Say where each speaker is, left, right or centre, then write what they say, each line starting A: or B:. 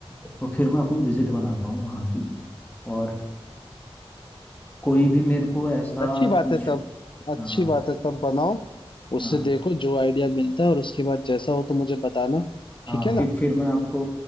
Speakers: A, on the left; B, on the left.
A: तो फिर मैं अपनी विजिट बनाता हूँ वहाँ की और कोई भी मेरे को ऐसा
B: अच्छी बात
A: इशू
B: है तब अच्छी
A: हाँ
B: बात है तब बनाओ उससे
A: हाँ
B: देखो जो आइडिया मिलता है और उसके बाद जैसा हो तो मुझे बताना
A: हाँ
B: ठीक है ना
A: फिर फिर मैं आपको